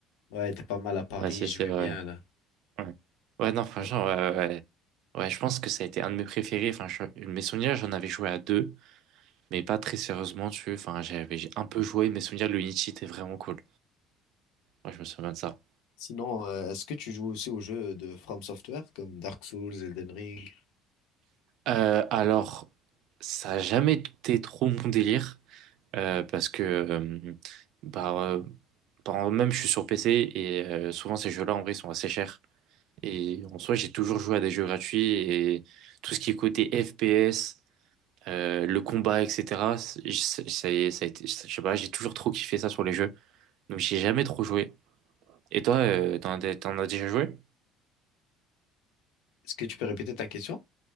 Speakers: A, on the left (about 75°); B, on the right (about 55°).
A: ouais, était pas mal à Paris.
B: Ouais, si,
A: J'aimais
B: c'est vrai.
A: bien là.
B: Ouais. Ouais, non, franchement,
A: Ouais.
B: ouais, ouais. ouais. Ouais, je pense que ça a été un de mes préférés. Enfin, je- mes souvenirs, j'en avais joué à deux, mais pas très sérieusement, tu vois. Enfin, j'avais j'ai un peu joué, mes souvenirs, le Unity était vraiment cool. Moi, je me souviens de ça.
A: Sinon, euh, est-ce que tu joues aussi aux jeux de From Software comme Dark Souls, Elden Ring?
B: Euh, alors, ça a jamais été trop mon délire euh, parce que, euh, bah, euh, par- même je suis sur PC et euh, souvent ces jeux-là en vrai sont assez chers. Et en soi, j'ai toujours joué à des jeux gratuits et tout ce qui est côté FPS, euh, le combat, etc. c'est- Ça, ça a été, je sais pas, j'ai toujours trop kiffé ça sur les jeux. Donc, j'ai jamais trop joué. Et toi, euh, t'en as, dé- t'en as déjà joué?
A: Est-ce que tu peux répéter ta question?